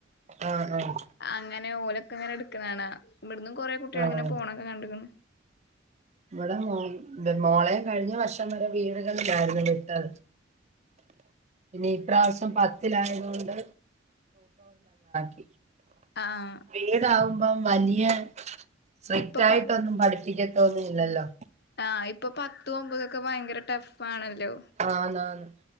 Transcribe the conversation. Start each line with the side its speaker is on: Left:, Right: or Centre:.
Right: ആഹ് ആഹ്
Left: അങ്ങനെ ഓലൊക്കെ ഇങ്ങനെടു ഇവിടന്ന് കുറ കുട്ടികൾ
Right: ആഹ്
Left: ഇങ്ങനെ പോണൊക്കെ കണ്ട്ക്ക്ണ്.
Right: ഇവിടെ. മോ മോളയും കഴിഞ്ഞ വർഷം വരെ വീടുകളലായിരുന്നു വിട്ടത്. ഇനി ഇപ്രാവശ്യം പത്തിലായത കൊണ്ട് <unintelligible>
Left: ആഹ്
Right: വീടകുമ്പം വലിയ സ്ട്രിക്റ്റ്
Left: ഇപ്പൊ
Right: ആയിട്ടൊന്നും
Left: പ
Right: പഠിപ്പിക്കതി ഇല്ലല്ലല്ലോ
Left: ആഹ് ഇപ്പൊ പത്ത്. ഒമ്പതൊക്കെ ഭയങ്കര ടഫ് ആണല്ലോ.
Right: ആന്നാന്ന്